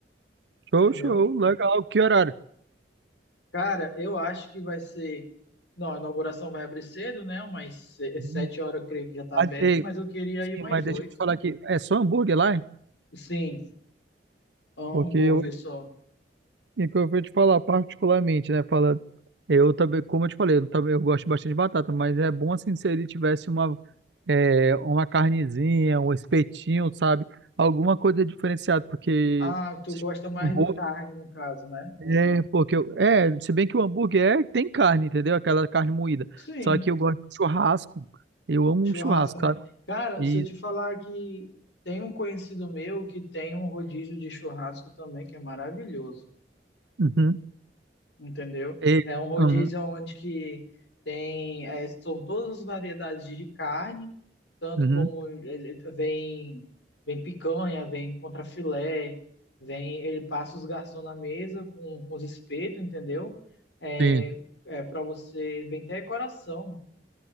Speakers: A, on the right; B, on the left.
A: Show,
B: entendeu?
A: show, legal. Que horário?
B: Cara, eu acho que vai ser. Não, a inauguração vai abrir cedo, né? Umas se-
A: Uhum.
B: sete horas, eu creio que já tá
A: Mas,
B: aberto,
A: ei,
B: mas eu queria
A: sim,
B: ir umas
A: mas deixa
B: oito.
A: eu te falar aqui, é só hambúrguer lá, hein?
B: Sim, hambúrguer
A: Porque eu
B: só.
A: E é o que eu vou te falar particularmente, né? Fala, eu também, como eu te falei, eu, também, eu gosto bastante de batata, mas é bom assim se ele tivesse uma, é, uma carnezinha, um espetinho, sabe? Alguma coisa diferenciada, porque
B: Ah, tu gosta mais
A: hambúrguer
B: de carne, no caso, né?
A: é, porque eu- é, se bem que o hambúrguer é, tem carne, entendeu? Aquela carne moída.
B: Sim.
A: Só que eu gosto de churrasco. Eu amo
B: Churrasco,
A: um churrasco,
B: né?
A: sabe?
B: Cara,
A: E,
B: se eu te falar que tem um conhecido meu que tem um rodízio de churrasco também, que é maravilhoso,
A: uhum,
B: entendeu?
A: e,
B: É um rodízio
A: uhum,
B: onde que tem, é, são todas as variedades de carne, tanto
A: uhum.
B: como ele- vem, vem picanha, vem contrafilé, vem, ele passa os garçons na mesa com, com os espetos, entendeu? É,
A: Sim.
B: é para você, vem até coração